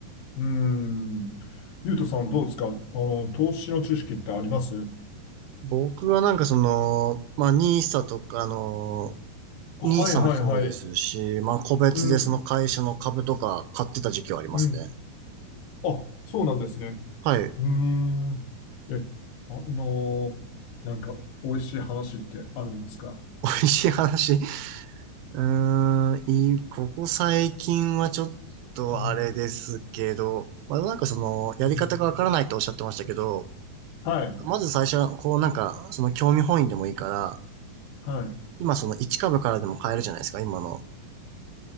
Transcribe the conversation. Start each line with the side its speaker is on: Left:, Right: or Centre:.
Left: ーん。ゆうとさんどうですかあの、投資の知識ってあります
Right: 僕はなんかその、まあ、ニーサとか、あの、
Left: はいはいはい。
Right: ニーサもそうですし、まあ、個別でその会社の株とか買ってた時期はありますね。
Left: うん、うん。あ、そうなんですね。
Right: はい。<laughs>
Left: うーん。え、あのーなんか、美味しい話ってあるんですか
Right: 美味しい話。うーん、いいここ最近はちょっとあれですけど、
Left: うん
Right: まあ、なんかその、やり方がわからないっておっしゃってましたけど、
Left: うんはい、
Right: まず最初は、こうなんか、その興味本位でもいいから、
Left: はい。
Right: 今その1株からでも買えるじゃないですか、今の。